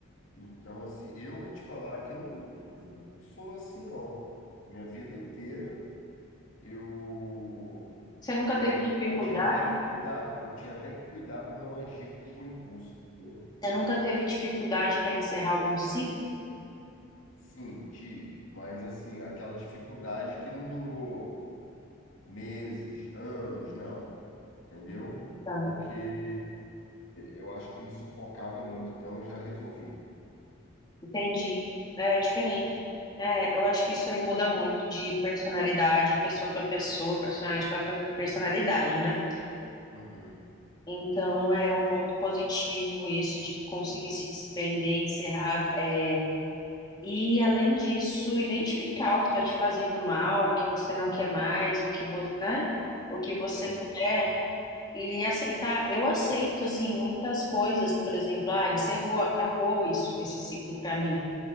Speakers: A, on the left; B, on the left.
A: Então, assim, eu vou te falar que eu não eu não sou assim, não. Minha vida inteira eu
B: Você nunca
A: Eu,
B: teve
A: na
B: dificuldade?
A: verdade, tinha até que cuidar, eu tinha até que cuidar para não agir por impulso. entendeu?
B: Você nunca teve dificuldade para encerrar algum ciclo?
A: Sim, tive, mas assim, aquela dificuldade que não durou meses, anos, não, entendeu?
B: Então,
A: Porque eu acho que me sufocava muito, então eu já resolvia.
B: Entendi. É diferente.
A: né?
B: É, eu acho que isso aí muda muito de personalidade, pessoa para pessoa, personalidade para personalidade, né?
A: Uhum.
B: Então é um ponto positivo isso de conseguir se desprender, encerrar, é, e além disso, identificar o que está te fazendo mal, o que você não quer mais, o que você, né? O que você
A: É,
B: quer e aceitar. Eu aceito assim muitas coisas, por exemplo, ah, encerrou, acabou isso, esse ciclo para mim.